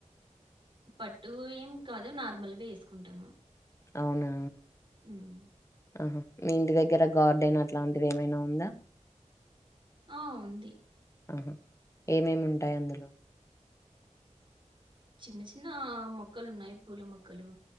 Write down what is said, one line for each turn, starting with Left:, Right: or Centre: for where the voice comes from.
Right: పట్టు ఏం కాదు నార్మల్వే వేసుకుంటాము
Left: అవునా
Right: ఉమ్
Left: ఆహా మీ ఇంటి దగ్గర గార్డెన్ అట్లాంటిది ఏమైనా ఉందా
Right: ఆ ఉంది
Left: ఆహా ఏమేమి ఉంటాయి అందులో
Right: చిన్న చిన్న మొక్కలు ఉన్నాయి పూల మొక్కలు